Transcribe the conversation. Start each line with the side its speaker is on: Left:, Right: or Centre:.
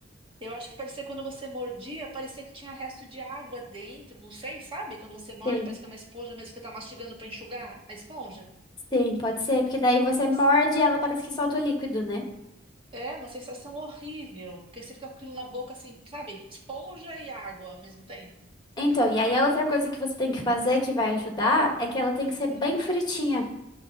Right: eu acho que parecia quando você mordia, parecia que tinha resto de água dentro, não sei, sabe? Quando você morde,
Left: Sim.
Right: parece que é uma esponja mesmo que você tá mastigando para enxugar a esponja.
Left: Sim, pode ser, porque daí você
Right: Nossa.
Left: morde e ela parece que solta o líquido, né?
Right: É uma sensação horrível, porque você fica com aquilo na boca assim, sabe? Esponja e água ao mesmo tempo.
Left: Então, e aí a outra coisa que você tem que fazer que vai ajudar é que ela tem que ser bem
Right: Hum.
Left: fritinha.